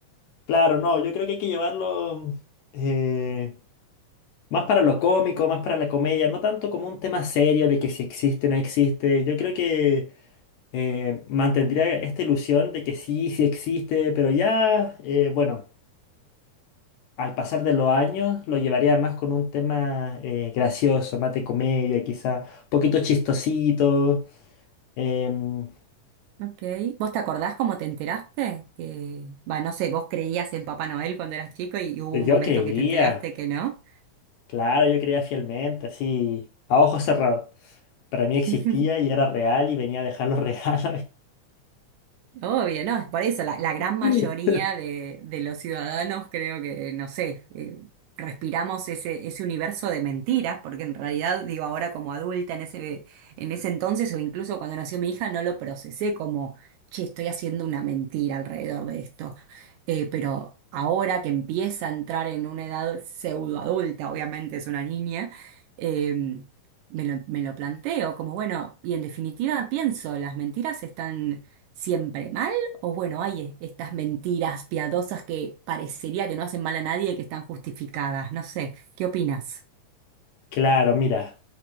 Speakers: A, on the left (about 75°); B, on the right (about 85°).
A: claro, no, yo creo que hay que llevarlo... eh, Más para lo cómico, más para la comedia, no tanto como un tema serio de que si existe o no existe. Yo creo que eh, mantendría esta ilusión de que sí, sí existe, pero ya, eh, bueno, al pasar de los años lo llevaría más con un tema eh, gracioso, más de comedia, quizá un poquito chistosito. Em,
B: Ok. ¿Vos te acordás cómo te enteraste? Que, va, no sé, vos creías en Papá Noel cuando eras chico y, y hubo
A: yo
B: un momento
A: creía,
B: que te enteraste que no.
A: claro, yo creía fielmente, así, a ojos cerrados. Para mí existía
B: <laughs>
A: y era real y venía a dejar los regalos
B: Obvio, no, es por eso la, la gran
A: <laughs>
B: mayoría de, de los ciudadanos creo que, no sé, eh, respiramos ese, ese universo de mentiras, porque en realidad, digo, ahora como adulta en ese, en ese entonces o incluso cuando nació mi hija, no lo procesé como, che, estoy haciendo una mentira alrededor de esto. Eh, pero ahora que empieza a entrar en una edad pseudoadulta, obviamente es una niña, em, me lo, me lo planteo como, bueno, y en definitiva pienso, las mentiras están siempre mal? O bueno, hay eh, estas mentiras piadosas que parecería que no hacen mal a nadie y que están justificadas. No sé, ¿qué opinas?
A: Claro, mira,